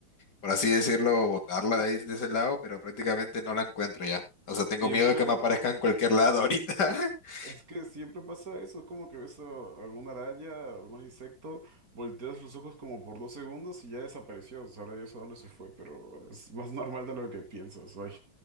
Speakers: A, on the left; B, on the right.
A: por así decirlo, botarla de ahí, de ese lado, pero prácticamente no la encuentro ya. O sea, tengo
B: Siempre,
A: miedo de que me aparezca en cualquier lado ahorita. <laughs>
B: es que siempre pasa eso. Es como que ves a- alguna araña, algún insecto, volteas los ojos como por dos segundos y ya desapareció. Sabrá Dios a dónde se fue, pero es más normal de lo que piensas. Ay.